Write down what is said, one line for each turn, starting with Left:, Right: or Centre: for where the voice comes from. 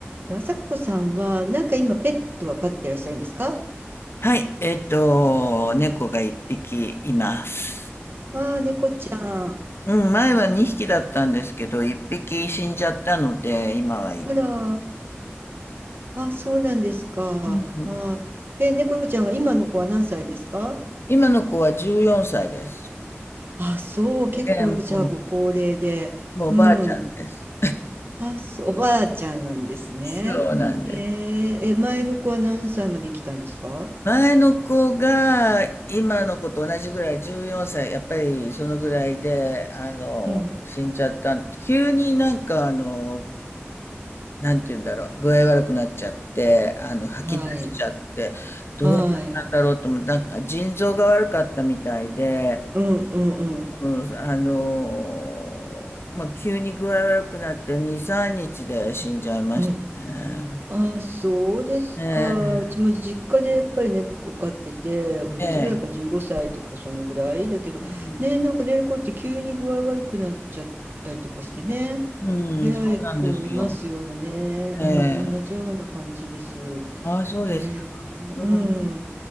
Right: と、朝子さんは、なんか今ペットは飼ってらっしゃるんですか
Left: はい。えっと、猫が一匹います。
Right: ああー、猫ちゃん。
Left: うん、前は二匹だったんですけど、一匹死んじゃったので、今は一
Right: あら、あ、そうなんですか。
Left: ううん、
Right: あー、え、猫ちゃんは今の子は何歳ですか
Left: 今の子は14歳です。
Right: あ、そう、結構じゃあご高齢で。
Left: ええ、もう、もうおばあちゃんです。
Right: うん。あ、そう、おばあちゃんなんですね。
Left: そうなんです。
Right: へえ、え、前の子は何歳まで生きたんですか
Left: 前の子が今の子と同じぐらい14歳、
Right: うん。
Left: やっぱりそのぐらいで、あの、
Right: うん。
Left: 死んじゃった。急になんかあの、なんて言うんだろう、具合悪くなっちゃって、あの、吐き出しちゃって、
Right: はい。
Left: どうしたんだろうと思って、
Right: はい。
Left: なんか腎臓が悪かったみたいで、
Right: うんうんうん。
Left: うん、あのーまあ、急に具合悪くなって2、3日で死んじゃいましたね。
Right: うん。あ、そうですか。
Left: え
Right: うちも実家でやっぱり猫飼ってて、同じぐらいか15歳とかそのぐらいだけど、
Left: え、ええ、うん、
Right: ね、なんか猫って急に具合悪くなっちゃったりとかしてね、
Left: うんそうなんですよ。
Right: 早い子いますよね。
Left: え
Right: うん、同じような感じです。
Left: え、ああ、そうですか。
Right: ね、
Left: うん、
Right: うん。